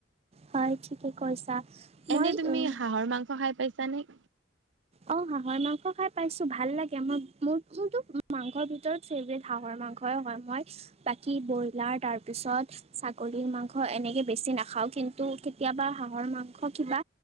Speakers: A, on the right; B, on the right.
A: হয়, ঠিকে কৈছা। মই
B: এনে তুমি
A: উম,
B: হাঁহৰ মাংস খাই পাইছা নে?
A: অ' হাঁহ মাংস খাই পাইছো, ভাল লাগে। মই মোৰ মোৰতো মাংসৰ ভিতৰত ফেভেট হাঁহৰ মাংসই হয়, মই বাকী ব্ৰইলাৰ তাৰ পিছত। ছাগলীৰ মাংস এনেকে বেছি নাখাওঁ। কিন্তু কেতিয়াবা হাঁহৰ মাংস কিবা।